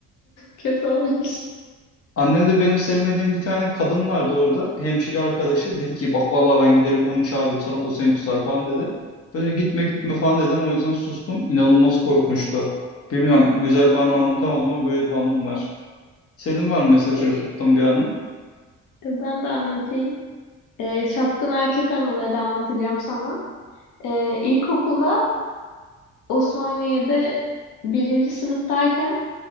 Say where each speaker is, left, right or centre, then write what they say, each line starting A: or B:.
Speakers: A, on the left; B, on the left.
A: kötü olmuş.
B: Annem de benim sevmediğim bir tane kadın vardı orada. Hemşire arkadaşı. Dedi ki bak vallahi ben giderim onu çağırırım sana o seni tutar falan dedi. Ben de gitme gitme falan dedim. O yüzden sustum. İnanılmaz korkunçtu. Bilmiyorum güzel bir anlam anlatamadım ama böyle bir anım var. Senin var mı mesela çocukluktan
A: E,
B: bir anın?
A: Ben de anlatayım. Ee, çapkın erkek anıları anlatacağım sana. Ee, ilkokulda Osmaniye'de birinci sınıftayken